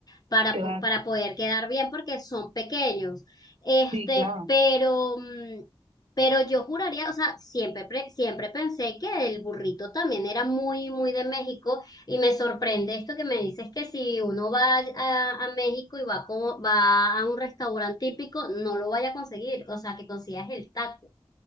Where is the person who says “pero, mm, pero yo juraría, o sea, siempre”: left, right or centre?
Left